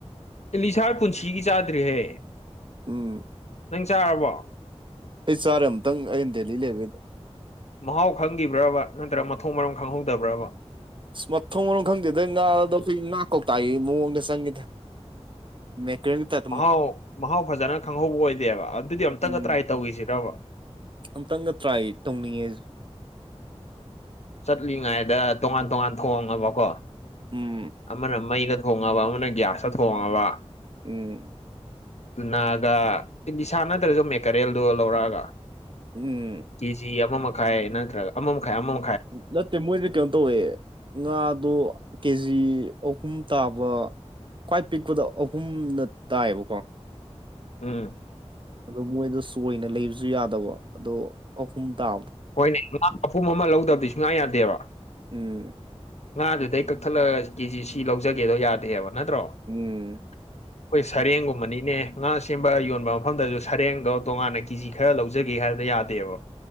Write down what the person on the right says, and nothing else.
ꯎꯝ
ꯑꯩ ꯆꯥꯔꯦ ꯑꯝꯇꯪ ꯑꯩꯅ ꯗꯦꯜꯂꯤ ꯂꯩꯕꯩꯗꯣ
ꯑ ꯃꯊꯣꯡ ꯃꯔꯝ ꯈꯪꯗꯦꯗꯩ ꯉꯥ ꯉ ꯀꯧꯇ ꯃꯑꯣꯡꯗ ꯆꯪꯈꯤꯗ ꯃꯦꯀ ꯇ
ꯎꯝ
ꯑꯝꯇꯪꯒ ꯇ꯭ꯔꯥꯏ ꯇꯧꯅꯤꯡꯉꯦ
ꯎꯝ
ꯎ
ꯎꯝ
ꯅꯠꯇꯦ ꯃꯣꯏꯁꯤꯗꯤ ꯀꯩꯅꯣ ꯇꯧꯋꯦ ꯉꯥꯗꯣ ꯀꯦ ꯖꯤ ꯑꯍꯨꯝ ꯇꯥꯕ ꯈ꯭ꯋꯥꯏ ꯄꯤꯛꯄꯗ ꯑꯍꯨꯝꯅ ꯇꯥꯏꯌꯦꯕꯀꯣ
ꯑꯗꯣ ꯃꯣꯏꯗꯣ ꯆꯣꯏꯅ ꯂꯩꯕꯁꯨ ꯌꯥꯗꯕ ꯑꯗꯣ ꯑꯍꯨꯝ ꯇꯥ
ꯎꯝ
ꯎꯝ